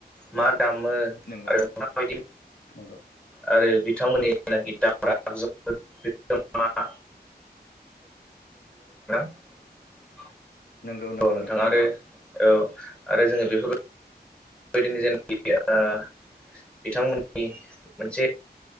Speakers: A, in the centre; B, on the left (about 70°).
A: मा दामो
B: नंगौ
A: आरो माबायदि
B: नंगौ
A: आरो बिथांमोननि जनाखि दामग्रा आगजुफोर बिथांमोना <unintelligible>
B: नंगौ
A: औ नोंथाङा
B: नोंथां
A: आरो
B: नंगौ
A: औ आरो जोङो बेफोरबाय बायदिनो जेनाखि आ बिथांमोननि मोनसे